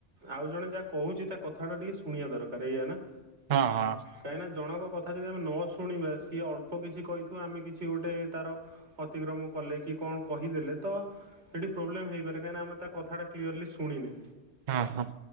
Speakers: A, on the right; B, on the right.
A: ଆଉ ଜଣେ ଯାହା କହୁଛି ତା କଥା ଟା ଟିକେ ଶୁଣିବା ଦରକାର ଏଇଆ ନା।
B: ହଁ ହଁ।
A: କାହିଁକିନା ଜଣଙ୍କ କଥା ଯଦି ଆମେ ନ ଶୁଣିବା ସିଏ ଅଳ୍ପ କିଛି କହିଥିବ ଆମେ କିଛି ଗୁଟେ ତାର ଅତିକ୍ରମ କଲେ କି କଣ କହିଦେଲେ ତ ସେଠି ପ୍ରୋବଲେମ୍ ହୋଇପାରେ କାହିଁକିନା ଆମେ ତା କଥା ଟା କ୍ଲିୟରଲି ଶୁଣିନେ।
B: ହଁ ହଁ।